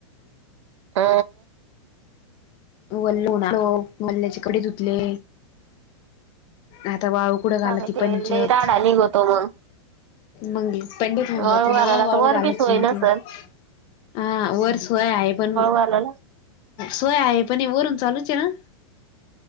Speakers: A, on the right; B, on the left.
A: अ
B: वल्लणारतो वल्ल्याचे कडे धुतले आता वाळू कुठं घाल
A: अबे
B: ती
A: ते
B: पंचत
A: लई राडा निघतो मग
B: मंग पंडित
A: वळू
B: त
A: घालायला
B: नाव वा
A: तर वर
B: गलची
A: बी सोय नसल
B: हा वर सोय आहे पणग
A: झाला
B: सोय आहे पण हे वरून चालूच आहे ना